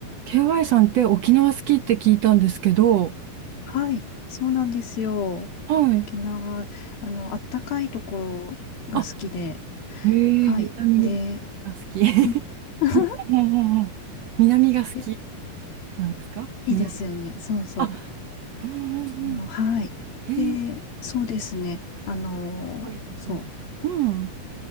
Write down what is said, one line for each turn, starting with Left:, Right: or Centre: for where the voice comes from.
Right: KY さんって沖縄好きって聞いたんですけど、
Left: はい、そうなんですよ。
Right: はい。
Left: 沖縄、あの、あったかいところが好きで、
Right: あ、へえ、
Left: はい。
Right: 南、南が好き。
Left: で、
Right: <laughs>
Left: うん。<laughs>
Right: うんうんうんうん。南が好き
Left: で、
Right: なんですか南。
Left: いいですよね。そうそう。
Right: あ、うんうんうん。
Left: あの、はい。
Right: へえ、
Left: で、そうですね。あの、
Right: 深いところ。
Left: そう。
Right: うん。